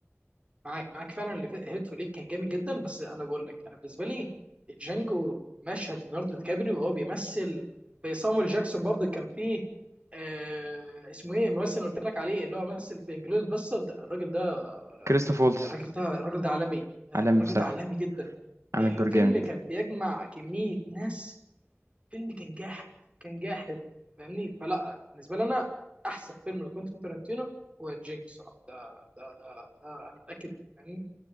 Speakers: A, on the right; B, on the right.
A: معاك معاك فعلا اللي في- هيتو ليك كان جامد جدا بس انا بقول لك انا بالنسبه لي جانجو مشهد ليوناردو دي كابريو وهو بيمثل في صامويل جاكسون برضه كان فيه آه اسمه ايه الممثل اللي قلت لك عليه اللي هو مثل في انجلوريس باسترد الراجل ده
B: كريستوف وولتز
A: الراجل ده الراجل ده عالمي آه،
B: عالمي
A: الراجل
B: بصراحه
A: ده عالمي جدا
B: عامل
A: الفيلم
B: دور جامد
A: كان بيجمع كميه ناس فيلم كان جاحد كان جاحد فاهمني فلا بالنسبه لي انا احسن فيلم لكوينتين تارانتينو هو جينج الصراحه ده ده ده ده انا متاكد منه فاهمني